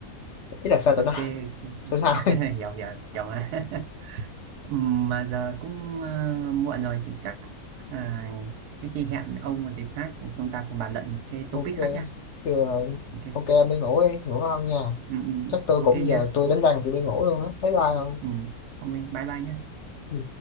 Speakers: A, on the left (about 55°); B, on the right (about 85°).
A: ý là sao tụi
B: ok,
A: nó
B: ok.
A: sao sao
B: <laughs> hiểu hiểu hiểu mà <laughs> Ừ, mà giờ cũng ờ, muộn rồi thì chắc à, cái khi hẹn ông một dịp khác thì chúng ta cùng bàn luận một
A: <laughs>
B: cái
A: ok
B: topic khác nhá
A: Thì là-
B: ok
A: ok em đi ngủ đi ngủ ngon nha
B: ừ, ừ,
A: chắc tôi
B: ok
A: cũng
B: nhá
A: giờ tôi đánh răng tôi đi ngủ luôn á bye bye không
B: ừ, ông ơi, bye bye nhá
A: Ừ.